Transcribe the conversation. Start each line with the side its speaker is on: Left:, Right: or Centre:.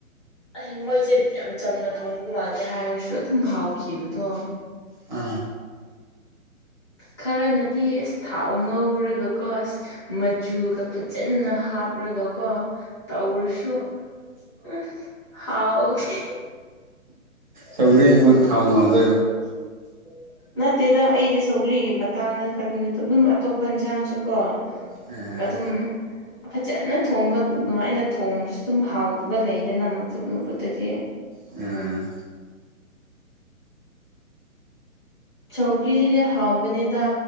Left: ꯑ ꯃꯣꯏꯁꯦ ꯌꯥꯝ ꯆꯝꯅ ꯊꯣꯡꯕ ꯃꯥꯜꯂꯦ ꯍꯥꯏꯔꯁꯨ ꯑꯗꯨꯝ ꯍꯥꯎꯈꯤꯕꯗꯣ
Right: ꯑ
Left: ꯈꯔꯅꯗꯤ ꯑꯁ ꯊꯥꯎ ꯉꯧꯔꯒꯀꯣ ꯃꯆꯨꯒ ꯐꯖꯅ ꯍꯥꯞꯔꯒꯀꯣ ꯍꯧꯔꯁꯨ ꯎꯝ ꯍꯧꯇꯦ
Right: ꯁꯧꯒ꯭ꯔꯤꯕꯨ ꯊꯥꯎ ꯉꯧꯔꯗꯤ
Left: ꯑꯣ <unintelligible> ꯅꯠꯇꯦꯗ ꯑꯩꯁꯦ ꯁꯧꯒ꯭ꯔꯤꯒꯤ ꯃꯇꯥꯡꯗ ꯈꯛꯇ ꯑꯗꯨꯝ ꯑꯇꯣꯞꯄ ꯏꯟꯁꯥꯡꯁꯨ ꯀꯣ
Right: ꯑꯥ
Left: ꯑꯗꯨꯝ ꯐꯖꯅ ꯊꯣꯡꯕ ꯑꯗꯨꯃꯥꯏꯅ ꯊꯣꯡꯁꯨ ꯑꯗꯨꯝ ꯍꯥꯎꯗꯨꯕ ꯂꯩꯗꯅ ꯃꯈꯨꯠ ꯃꯈꯨꯠꯇꯒꯤ
Right: ꯑ
Left: ꯁꯧꯀꯤꯁꯤꯗꯤ ꯍꯥꯎꯕꯅꯤꯗ